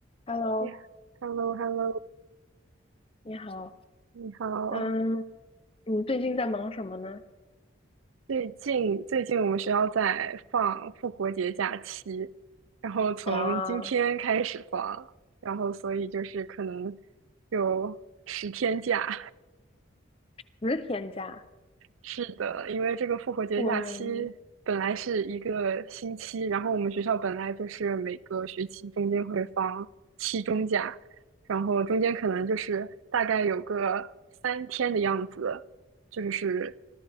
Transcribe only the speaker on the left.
Hello，
你好。
嗯，你最近在忙什么呢？
啊，
十天假，
我们